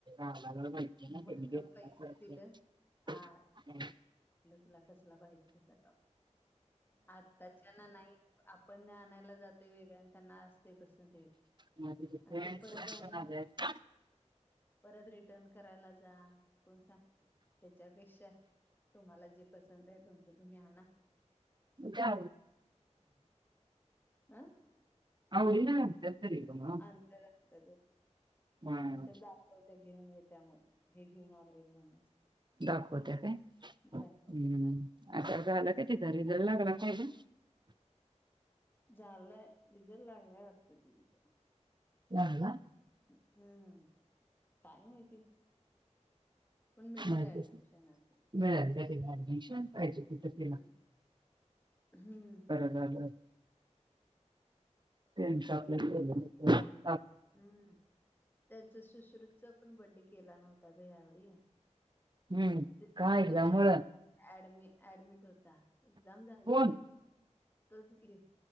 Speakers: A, on the right; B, on the left.
A: <unintelligible>
B: मग पैसे दिले आ तुला कसला पाहिजे कस ट आताच्याना नाही आपण आणायला जातोय वेगळं त्यांना असते पसंत वेगळं
A: तु फ्रेंड
B: आणि ते परत आणि परत रिटर्न करायला जा कोण स त्याच्यापेक्षा तुम्हाला जे पसंत आहे तुमचं तुम्ही आणा
A: जा
B: आं
A: आरला तेसरग म
B: ंत
A: मग
B: मंत ते घेऊन येत त्यामुळे हे घेऊन आलोय बून
A: दाखवत्या काय,
B: दाखवत्या
A: हम्म. आता झाल काय तिचा रिझल्ट लागला काय ग?
B: झालंय रिझल लागलाय वाटत तेंचा.
A: लागला
B: हम्म, काय माहिती? पण मिळेल
A: माहितीच
B: ऍडमिशन असं, हम्
A: मिळालं त्या तिला ऍडमिशन
B: हम्म
A: पाहिजे तिथं तिला
B: हम्म
A: हॅलो, तेंच आपल्याला <unintelligible>
B: हम्म, त्याचा सुश्रुतचा पण बड्डे केला नव्हता ग यावेळी
A: हम्म
B: तो
A: काय झाल्यामुळं
B: ऍड ऍडमिट होता. एक्झाम झालती.
A: कोण
B: तोच की